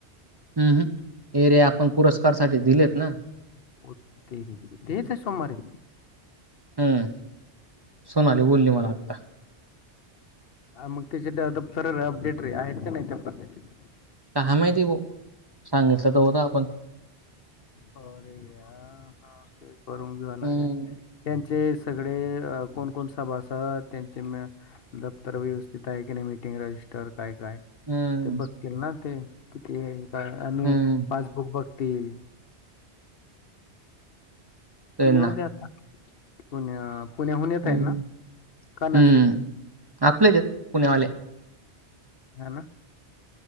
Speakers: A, on the right (about 25°); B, on the left (about 60°).
A: अहुं हे रे आपण पुरस्कार साठी दिलेत ना.
B: हो तेरी, ते येतय सोमारी.
A: हूं.. सोनाली बोलली मला आत्ता.
B: मग तेच्या दप्तरं अपडेट रे आहेत का नाही त्या पद्धतीने?
A: काहा माहिती बो, सांगितलं तर होत आपण.
B: हो, रे यार हा ते करून घीवा लागे.
A: हम्म
B: त्यांचे सगळे अ कोण -कोण सभासह त्यांचे मॅ दप्तर व्यवस्थित आहे की नाही, मिटिंग रजिस्टर काय- काय.?
A: हम्म
B: ते बघतील ना ते, किती आणि
A: हम्म
B: पासबुक बघतील.
A: त्यांना
B: येऊ दे आता पुण्या पुण्याहून येत
A: हम्म.
B: आहेत ना का नाशिक?
A: हम्म आपलेच हेत पुण्यावाले.
B: खरं ना...